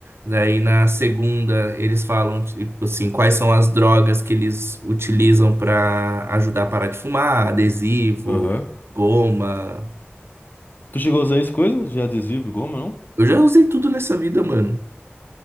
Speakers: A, on the right; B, on the left.
A: Daí na segunda eles falam tipo assim, quais são as drogas que eles utilizam para ajudar a parar de fumar, adesivo,
B: aham.
A: goma.
B: Tu chegou a usar isso coisa de adesivo e goma, não?
A: Eu já usei tudo nessa vida, mano.